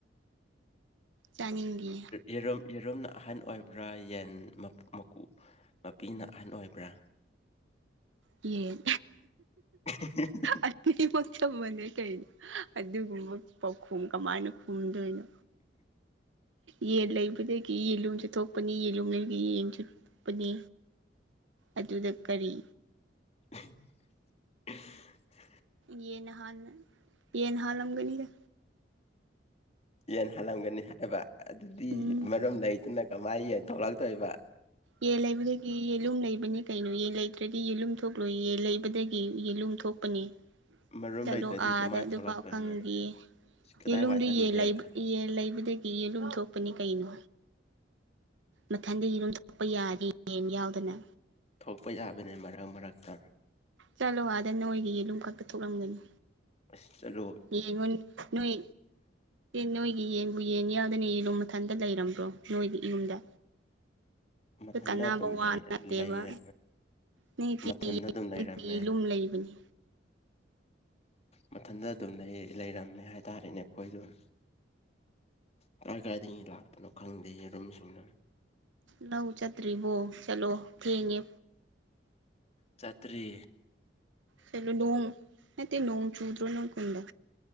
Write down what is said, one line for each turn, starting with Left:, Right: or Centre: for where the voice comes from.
Right: ꯌꯥꯅꯤꯡꯗꯦ
Left: ꯌꯦꯔꯨꯝ ꯌꯦꯔꯨꯝꯅ ꯑꯍꯟ ꯑꯣꯏꯕ꯭ꯔꯥ ꯌꯦꯟ ꯃꯀꯨ ꯃꯄꯤꯅ ꯑꯍꯟ ꯑꯣꯏꯕ꯭ꯔꯥ
Right: ꯌꯦꯟ
Left: <unintelligible>
Right: ꯑꯅꯤꯃꯛ ꯆꯥꯞ ꯃꯥꯟꯅꯩ ꯀꯩꯅꯣ ꯑꯗꯨꯒꯨꯝꯕ ꯄꯥꯎꯈꯨꯝ ꯀꯃꯥꯏꯅ ꯈꯨꯝꯗꯣꯏꯅꯣ ꯌꯦꯟ ꯂꯩꯕꯗꯒꯤ ꯌꯦꯟꯂꯨꯝꯁꯨ ꯊꯣꯛ ꯄꯅꯤ ꯌꯦꯂꯨꯝ ꯂꯩꯕꯒꯤ ꯌꯦꯟꯁꯨ ꯊꯣꯛꯄꯅꯤ ꯑꯗꯨꯗ ꯀꯔꯤ
Left: <unintelligible>
Right: ꯌꯦꯟ ꯍꯥꯅ ꯌꯦꯟꯅ ꯍꯥꯜꯂꯝꯒꯅꯤꯗ
Left: ꯌꯦꯟ ꯍꯜꯂꯝꯒꯅꯤ ꯍꯥꯏꯕ ꯑꯗꯨꯗꯤ
Right: ꯎꯝ
Left: ꯃꯔꯝ ꯂꯩꯇꯅ ꯀꯃꯥꯏ ꯌꯦꯟ ꯊꯣꯛꯂꯛꯇꯣꯏꯕ
Right: ꯌꯦꯟ ꯂꯩꯕꯒꯤ ꯌꯦꯜꯂꯨꯝ ꯂꯩꯕꯅꯤ ꯀꯩꯅꯣ ꯌꯦꯟ ꯂꯩꯇ꯭ꯔꯗꯤ ꯌꯦꯂꯨꯝ ꯊꯣꯛꯂꯣꯏ ꯌꯦꯟ ꯂꯩꯕꯗꯒꯤ ꯌꯦꯂꯨꯝ ꯊꯣꯛꯄꯅꯦ
Left: ꯃꯔꯨꯝ
Right: ꯆꯠꯂꯣ
Left: ꯂꯩꯇ꯭ꯔꯗꯤ
Right: ꯑꯗ
Left: ꯀꯃꯥꯏ
Right: ꯑꯗꯨꯐꯥꯎ
Left: ꯊꯣꯛꯂꯛꯇꯣꯏꯅꯣ
Right: ꯈꯪꯗꯤꯌꯦ
Left: ꯀꯗꯥꯏ
Right: ꯌꯦꯂꯨꯝꯗꯨ
Left: ꯋꯥꯏ ꯆꯠꯂꯨꯁꯤꯔ
Right: ꯌꯦꯟ ꯂꯩꯕꯒꯤ
Left: ꯈꯪꯗꯦ
Right: ꯌꯦꯜ ꯂꯩꯕꯗꯒꯤ ꯌꯦꯂꯨꯝ ꯊꯣꯛꯄꯅꯤ ꯀꯩꯅꯣ ꯃꯊꯟꯗ ꯌꯦꯂꯨꯝ ꯊꯣꯛꯄ ꯌꯥꯗꯦ ꯌꯦꯟ ꯌꯥꯎꯗꯅ
Left: ꯊꯣꯛꯄ ꯌꯥꯕꯅꯦ ꯃꯔꯛ ꯃꯔꯛꯇ
Right: ꯆꯠꯂꯣ ꯑꯗ ꯅꯣꯏꯒꯤ ꯌꯦꯂꯨꯝ ꯈꯛꯇ ꯊꯣꯛꯂꯝꯒꯅꯤ
Left: ꯆꯠꯂꯣ
Right: ꯌꯦꯉꯨꯅꯦ ꯅꯣꯏ ꯅꯣꯏ ꯒꯤ ꯌꯦꯟꯕꯨ ꯌꯦꯟ ꯌꯥꯎꯗꯅ ꯌꯦꯂꯨꯝ ꯃꯊꯟꯇ ꯂꯩꯔꯝꯕ꯭ꯔꯣ ꯅꯣꯏꯗꯤ ꯌꯨꯝꯗ
Left: ꯃꯊꯟꯇ
Right: ꯀꯅꯥꯕ
Left: ꯑꯗꯨꯝ
Right: ꯋꯥ
Left: ꯂꯩꯔ
Right: ꯅꯠꯇꯦꯕ
Left: ꯂꯩꯔ
Right: <unintelligible>
Left: ꯃꯊꯟꯗ ꯑꯗꯨꯝ ꯂꯩꯔꯝꯃꯦ
Right: ꯌꯦꯂꯨꯝ ꯂꯩꯕꯅꯦ
Left: ꯃꯊꯟꯗ ꯑꯗꯨꯝ ꯂꯩ ꯂꯩꯔꯝꯃꯦ ꯍꯥꯏꯇꯥꯔꯦꯅꯦ ꯑꯩꯈꯣꯏ ꯗꯨꯝ ꯀꯥꯏ ꯀꯥꯏꯗꯒꯤ ꯂꯥꯛꯄꯅꯣ ꯈꯪꯗꯦ ꯌꯦꯔꯨꯝꯁꯤꯡꯅ
Right: ꯂꯧ ꯆꯠꯇ꯭ꯔꯤꯕꯣ ꯆꯠꯂꯣ ꯊꯦꯡꯉꯦ
Left: ꯆꯠꯇ꯭ꯔꯤ
Right: ꯀꯩꯅꯣ ꯅꯣꯡ ꯅꯠꯇꯦ ꯅꯣꯡ ꯆꯨꯗꯔꯣ ꯅꯣꯏ ꯈꯨꯟꯗ